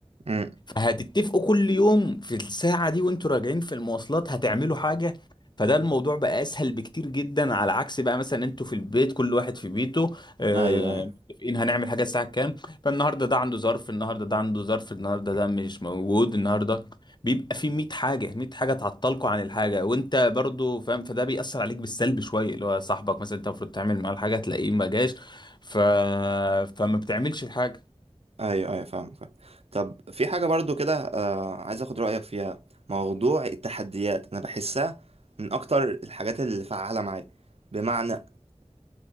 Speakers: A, on the right (about 65°); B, on the left (about 40°).
A: امم
B: هتتفقوا كل يوم في الساعة دي وانتوا راجعين في المواصلات هتعملوا حاجة فده الموضوع بقى اسهل بكتير جدا على عكس بقى مثلا انتوا في البيت كل واحد في بيته آه،
A: ايوه ايوه
B: متفقين هنعمل حاجة الساعة كام فالنهاردة ده عنده ظرف النهاردة ده عنده ظرف النهاردة ده مش موجود النهاردة بيبقى في 100 حاجة 100 حاجة تعطلكوا عن الحاجة وانت برضو فاهم فده بيأثر عليك بالسلب شوية اللي هو صاحبك مثلا انت المفروض تعمل معاه الحاجة تلاقيه ما جاش ف... فما بتعملش الحاجة
A: ايوه ايوه فاهم فاهم طب في حاجه برضو كده آه عايز اخد رايك فيها موضوع التحديات انا بحسها من اكتر الحاجات اللي فعاله معايا بمعنى